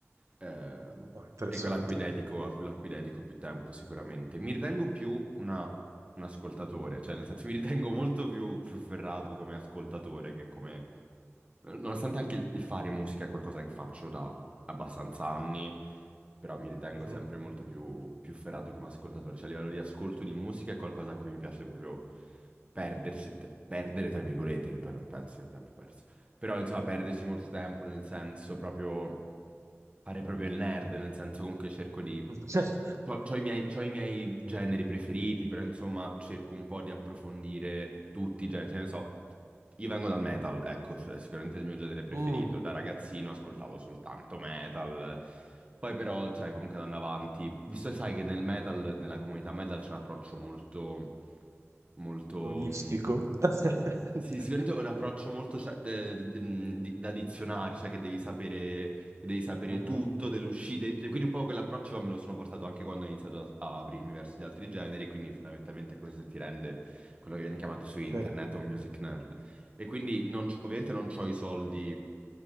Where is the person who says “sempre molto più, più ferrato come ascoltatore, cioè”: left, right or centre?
Right